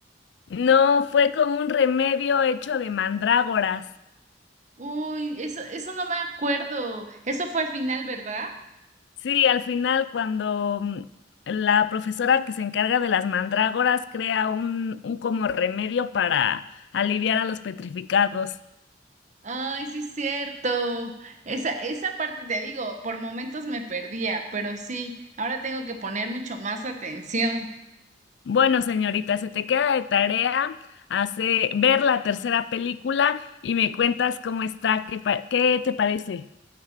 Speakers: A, on the left (about 70°); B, on the right (about 40°).
A: No, fue con un remedio hecho de mandrágoras.
B: Uy, eso, eso no me acuerdo. Eso fue al final, ¿verdad?
A: Sí, al final cuando mm, la profesora que se encarga de las mandrágoras crea un, un como remedio para aliviar a los petrificados.
B: Ay, sí, es cierto. Esa, esa parte te digo, por momentos me perdía, pero sí, ahora tengo que poner mucho más atención.
A: Bueno, señorita, se te queda de tarea hace, ver la tercera película y me cuentas cómo está, qué, pa- qué te parece.